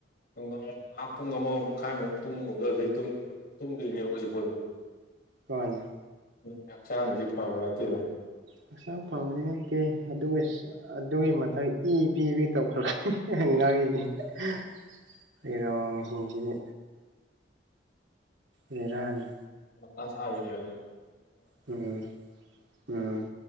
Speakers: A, on the left (about 55°); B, on the right (about 75°).
A: ꯅꯨꯡꯗꯥꯡ ꯉꯥꯍꯥꯛ ꯄꯨꯡ ꯑꯃ ꯃꯈꯥꯏꯃꯨꯛ ꯇꯨꯝꯃꯒ ꯍꯖꯤꯛ ꯇꯨꯝꯗ ꯂꯩ ꯇꯗꯅꯦꯁꯨ ꯐꯣꯂ <inaudible>
B: ꯃꯥꯅꯤ
A: ꯑꯗꯤ ꯍꯛꯆꯥꯡꯗꯤ ꯐꯕ ꯅꯠꯇꯦꯅ
B: ꯍꯛꯆꯥꯡ ꯐꯕꯗꯤ ꯅꯠꯇꯦ ꯑꯗꯨꯋꯤꯁ ꯑꯗꯨꯒꯤ ꯃꯊꯪ ꯏ ꯄꯤꯕꯤ ꯇꯧꯈꯠꯂꯛꯏ ꯍꯤ ꯍꯤ ꯍꯤ ꯍꯉꯥꯏꯏꯗꯤ ꯍꯥ ꯍꯩꯔꯣꯡꯁꯤꯡꯁꯤꯗꯤ ꯕꯦꯔꯥꯅꯤ
A: ꯑꯁꯥꯕꯤꯅꯦ ꯍꯥꯏꯔꯒ
B: ꯎꯝ ꯎꯝ ꯎꯝ